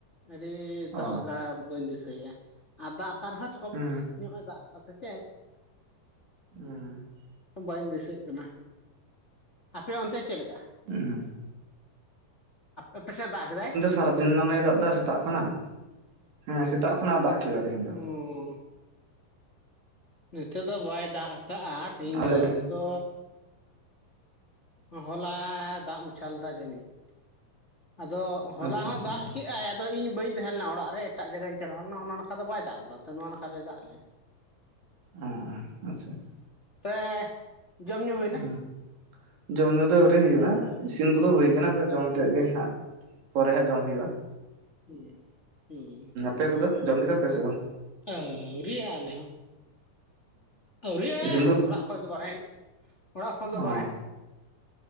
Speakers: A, on the left (about 25°); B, on the right (about 75°).
A: ᱟᱹᱰᱤ ᱫᱟᱜ
B: ᱚ
A: ᱞᱮᱠᱟ ᱵᱟᱹᱧ ᱫᱤᱥᱟᱹᱭᱮᱫ-ᱟ ᱟᱨ ᱫᱟᱜ ᱟᱠᱟ ᱨᱮᱦᱚᱸ ᱛᱷᱚᱲᱟ
B: ᱦᱩᱸ
A: ᱧᱚᱜ ᱮ ᱫᱟᱜ ᱟᱠᱟᱫ ᱥᱮᱪᱮᱫ
B: ᱦᱮᱸ
A: ᱵᱟᱹᱧ ᱫᱤᱥᱟᱹᱭᱮᱫ ᱠᱟᱱᱟ, ᱟᱯᱮ ᱚᱱᱛᱮ ᱪᱮᱫ ᱞᱮᱠᱟ
B: ᱦᱩᱸ
A: ᱟᱯᱮ ᱯᱮᱥᱮᱫ ᱫᱟᱜ ᱠᱮᱫᱟᱭ
B: ᱛᱟᱨᱟ ᱫᱤᱱ ᱢᱟᱱᱮ ᱫᱟᱜ ᱮᱫᱟ ᱥᱮᱛᱟᱜ ᱠᱷᱚᱱᱟᱜ ᱦᱮᱸ ᱥᱮᱛᱟᱜ ᱠᱷᱚᱱᱟᱜ ᱮ ᱫᱟᱜ ᱠᱮᱫᱟ ᱛᱮᱦᱮᱧ ᱫᱚ
A: ᱚᱸᱻ ᱱᱤᱛᱚᱜ ᱫᱚ ᱵᱟᱭ ᱫᱟᱜ ᱟᱠᱟᱫ-ᱟ, ᱛᱤᱦᱤᱧ
B: ᱟᱞᱮ
A: ᱫᱚ
B: ᱜᱮ
A: ᱛᱚ ᱦᱚᱞᱟ ᱫᱟᱜ ᱢᱟᱪᱷᱟ ᱞᱮᱫᱟ ᱡᱟᱹᱱᱤᱡ ᱟᱫᱚ ᱦᱚᱞᱟ
B: ᱟᱪᱪᱷᱟ
A: ᱦᱚᱸ
B: ᱦᱮᱸ
A: ᱫᱟᱜ ᱠᱮᱜ ᱟᱭ ᱟᱫᱚ ᱤᱧ ᱵᱟᱹᱧ ᱛᱟᱸᱦᱮ ᱞᱮᱱᱟ ᱚᱲᱟᱜ ᱨᱮ ᱮᱴᱟᱜ ᱡᱟᱭᱜᱟᱧ ᱪᱟᱞᱟᱣ ᱞᱮᱱᱟ ᱚᱱᱟ ᱱᱟᱠᱷᱟ ᱫᱚ ᱵᱟᱭ ᱫᱟᱜ ᱞᱮᱫᱟ ᱛᱚ ᱱᱚᱣᱟ ᱱᱟᱠᱷᱟᱛᱮᱭ ᱫᱟᱜ ᱞᱮᱜ
B: ᱟᱸ ᱟᱪᱪᱷᱟ ᱟᱪᱪᱷᱟ
A: ᱛᱮ ᱡᱚᱢ ᱧᱩ ᱦᱩᱭᱱᱟ?
B: ᱦᱩᱸ ᱡᱚᱢ ᱧᱩ ᱫᱚ ᱟᱹᱣᱨᱤ ᱦᱩᱭᱩᱜ-ᱟ᱾ ᱤᱥᱤᱱ ᱠᱚᱫᱚ ᱦᱩᱭ ᱠᱟᱱᱟ ᱟᱫᱚ ᱡᱚᱢ ᱛᱮᱫ ᱜᱮ ᱦᱟᱸᱜ ᱯᱚᱨᱮ ᱦᱟᱸᱜ ᱡᱚᱢ ᱦᱩᱭᱩᱜ-ᱟ᱾
A: ᱦᱮᱸ ᱦᱮᱸ,
B: ᱟᱯᱮ ᱠᱚᱫᱚ ᱡᱚᱢ ᱠᱮᱫᱟ ᱯᱮ ᱥᱮ ᱵᱟᱝ
A: ᱟᱹᱣᱨᱤᱭᱟᱜ-ᱟ ᱟᱞᱮ ᱦᱚᱸ ᱟᱹᱣᱨᱤᱭᱟᱜ-ᱟ
B: ᱤᱥᱤᱱ ᱠᱚᱫᱚ
A: ᱚᱲᱟᱜ ᱠᱷᱚᱡ ᱫᱚ ᱵᱟᱨᱦᱮ ᱚᱲᱟᱜ ᱠᱷᱚᱱ ᱫᱚ
B: ᱚ
A: ᱵᱟᱨᱦᱮ